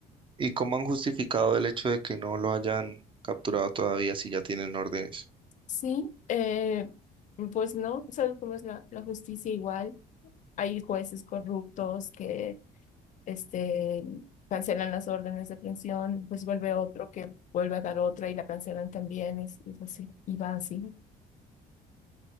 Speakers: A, on the right; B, on the left.
A: ¿Y cómo han justificado el hecho de que no lo hayan capturado todavía si ya tienen órdenes?
B: Sí, eh, pues no, ¿sabes cómo es la, la justicia igual? Hay jueces corruptos que este, cancelan las órdenes de aprehensión, pues vuelve otro que vuelve a dar otra y la cancelan también, y, y así, y va así.